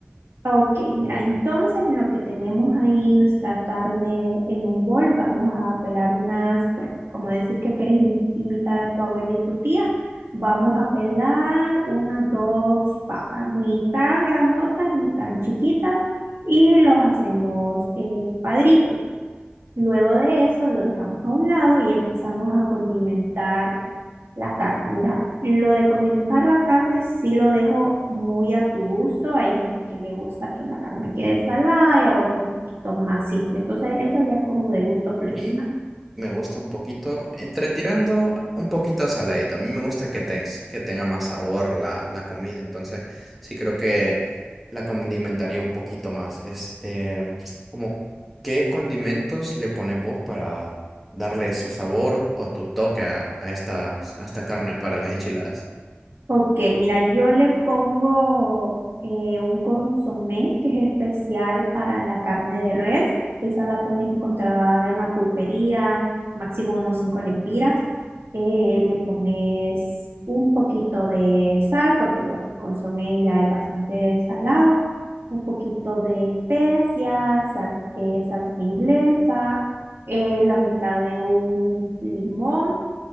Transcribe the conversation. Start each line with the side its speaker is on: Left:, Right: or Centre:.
Right: Ok, mira, entonces en lo que tenemos ahí nuestra carne en un bol, vamos a pelar unas, bueno, como decís que querés in- invitar a tu abuela y tu tía, vamos a pelar unas dos papas, ni tan grandotas ni tan chiquitas, y los hacemos eh, cuadritos. Luego de eso lo dejamos a un lado y empezamos a condimentar la carne, mira, lo de condimentar la carne sí lo dejo muy a tu gusto. Hay gente que le gusta que la carne quede salada y a otra un poquito más simple. Entonces, eso ya es como de gusto personal
Centre: mí me gusta un poquito, entre tirando un poquito a saladito. A mí me gusta que, tes- que tenga más sabor la, la comida, entonces sí creo que la condimentaría un poquito más. Este, como, ¿qué condimentos le pones vos para darle su sabor o tu toque a, a estas, a esta carne para las enchiladas?
Right: Ok, mira, yo le pongo eh, un consomé que es especial para la carne de res. Esa la puedes encontrar en la pulpería, máximo unos 5 lempiras. Eh, le pones un poquito de sal, porque bueno, el consomé ya es bastante salado. Un poquito de especias, sal- eh, salsa inglesa, eh, la mitad de un limón